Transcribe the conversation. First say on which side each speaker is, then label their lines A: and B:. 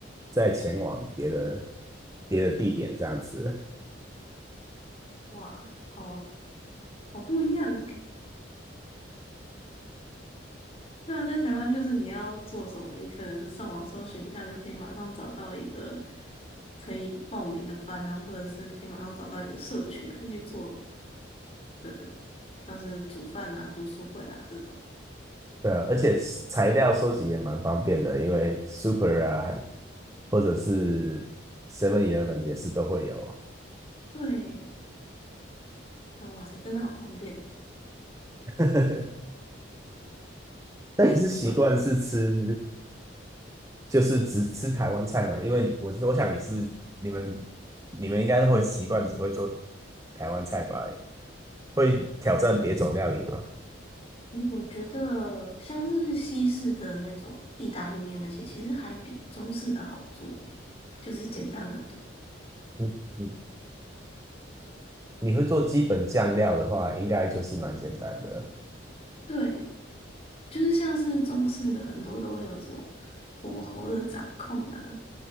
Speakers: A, on the right; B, on the left.
A: 再前往别的别的地点这样子。
B: 哇，好好不一样。<laughs> 对啊，在台湾就是你要做什么，你可能上网搜寻一下就可以马上找到一个可以报名的班啊，或者是可以马上找到一个社群可以去做，可能像是煮饭啊、读书会啊这种。
A: 对啊，而且材料收集也蛮方便的，因为 Super 啊，或者是 Seven Eleven 也是都会有。
B: 对，像哇塞，真的好方便。
A: <laughs> 那你是习惯是吃，就是只吃台湾菜吗？因为我是我想你是你们你们应该会习惯只会做台湾菜吧？会挑战别种料理吗？
B: 嗯我觉得像是西式的那种意大利面那些，其实还比中式的好做欸，就是简单很多。
A: 嗯嗯，你会做基本酱料的话，应该就是蛮简单的。
B: 对，就是像是中式的很多都会有什么火候的掌控啊，